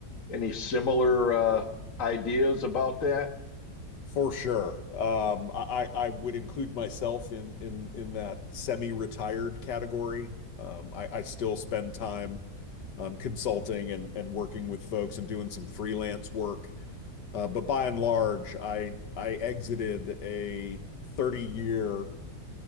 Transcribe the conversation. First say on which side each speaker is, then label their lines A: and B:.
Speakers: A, on the left; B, on the left.
A: any similar uh, ideas about that?
B: For sure. Um, I, I would include myself in in in that semi-retired category. Um, I, I still spend time um, consulting and, and working with folks and doing some freelance work. Uh, but by and large, I I exited a 30-year